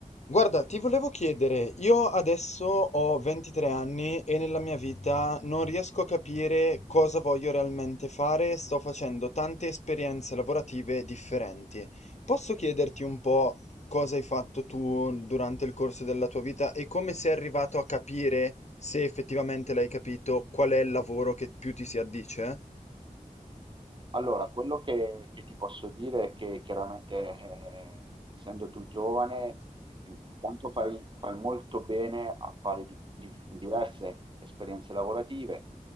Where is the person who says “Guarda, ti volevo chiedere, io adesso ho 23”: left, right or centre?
Left